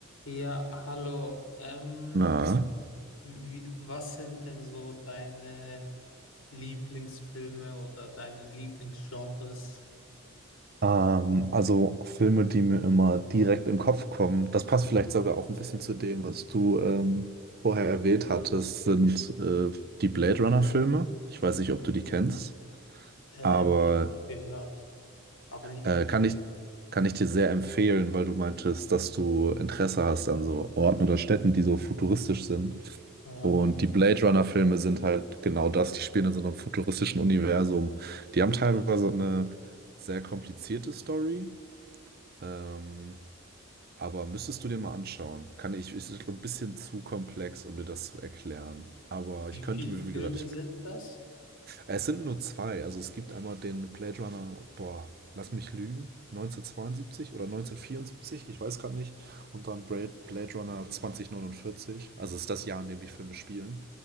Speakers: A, on the left; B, on the right.
A: Ja, hallo. Ähm,
B: Na,
A: wie, was sind denn so deine Lieblingsfilme oder deine Lieblingsgenres?
B: Ähm, also Filme, die mir immer direkt in den Kopf kommen. Das passt vielleicht sogar auch ein bisschen zu dem, was du ähm, vorher erwähnt hattest, sind äh, die Blade Runner-Filme. Ich weiß nicht, ob du die kennst,
A: Äh,
B: aber
A: ich habe gehört, aber nicht.
B: äh,
A: ge-
B: kann ich, kann ich dir sehr empfehlen, weil du meintest, dass du Interesse hast an so Orten oder Städten, die so futuristisch sind.
A: Ah,
B: Und die Blade
A: ja.
B: Runner-Filme sind halt genau das, die spielen in so einem futuristischen Universum. Die haben teilweise eine sehr komplizierte Story Ähm, aber müsstest du dir mal anschauen. Kann ich, ist ein bisschen zu komplex, um dir das zu erklären. Aber
A: Wie
B: ich könnte
A: viele
B: mir, wie
A: Filme
B: gesagt, ich,
A: sind das?
B: es sind nur zwei. Also es gibt einmal den Blade Runner, boah, lass mich lügen, 1972 oder 1974, ich weiß gerade nicht. Und dann Blade, Blade Runner 2049. Also es ist das Jahr, in dem die Filme spielen.